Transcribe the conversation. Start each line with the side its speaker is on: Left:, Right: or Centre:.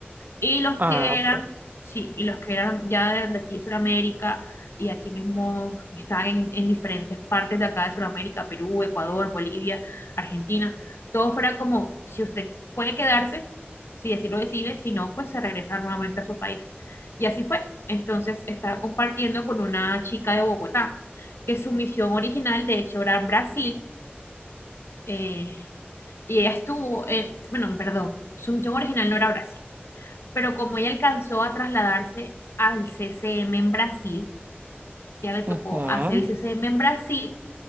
Left: Y los
Right: Ah,
Left: que
Right: ok.
Left: eran, sí, y los que eran ya de, de aquí de Sudamérica y aquí mismo estaban en, en diferentes partes de acá de Sudamérica, Perú, Ecuador, Bolivia, Argentina, todo fuera como si usted puede quedarse, si así lo decide, si no, pues se regresa nuevamente a su país. Y así fue. Entonces estaba compartiendo con una chica de Bogotá, que su misión original, de hecho, era en Brasil, eh, y ella estuvo, en- bueno, perdón, su misión original no era Brasil pero como ella alcanzó a trasladarse al CCM en Brasil, ya le tocó
Right: Ujú.
Left: hacer el CCM en Brasil